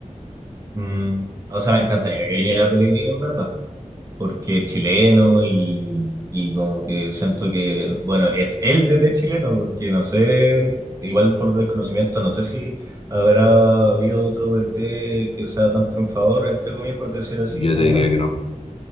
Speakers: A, on the right; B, on the left.
A: Mm, o sea, me encantaría que viniera Pellegrini en verdad. porque es chileno y, y como que siento que, bueno, es él desde chileno, porque no sé, igual por desconocimiento, no sé si habrá habido otro DT que sea tan triunfador, entre comillas, por decir así,
B: Yo
A: como
B: te diría
A: él.
B: que no.